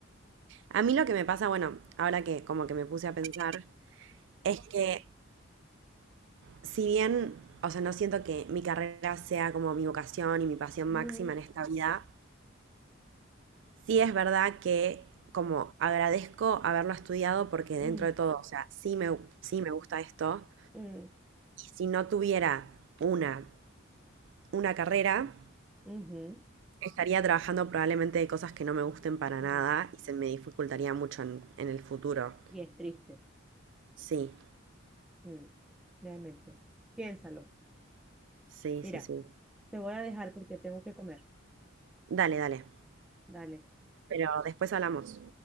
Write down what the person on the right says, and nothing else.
A mí lo que me pasa, bueno, ahora que como que me puse a pensar, es que si bien, o sea, no siento que mi carrera sea como mi vocación y mi pasión
máxima
en esta vida, sí es verdad que como agradezco haberlo estudiado porque
dentro
de todo, o sea, sí me, sí me gusta esto.
Y si no tuviera una, una carrera,
estaría trabajando probablemente de cosas que no me gusten para
nada y se me dificultaría mucho en en el futuro.
Sí,
sí,
sí, sí.
Dale, dale.
Pero después hablamos.